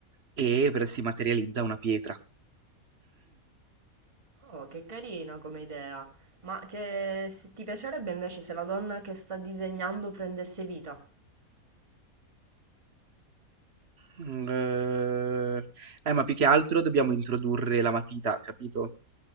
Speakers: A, on the right; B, on the right.
A: e per si materializza una pietra.
B: Oh, che carino come idea. Ma che se ti piacerebbe invece se la donna che sta disegnando prendesse vita?
A: Mhmm, ehm, eh, ma più che altro dobbiamo introdurre la matita, capito?